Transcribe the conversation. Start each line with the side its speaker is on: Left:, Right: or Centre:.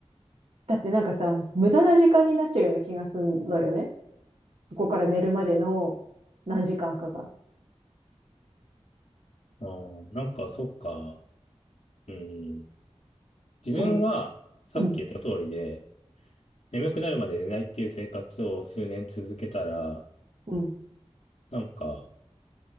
Right: だってなんかさ、無駄な時間になっちゃうような気がするのよね。そこから寝るまでの何時間かが。
Left: あ、ああ。なんかそっか。うん。
Right: そう。
Left: 自分は、さっき言った通りで、
Right: うん、
Left: 眠くなるまで寝ないっていう生活を数年続けたら、
Right: うん、
Left: なんか、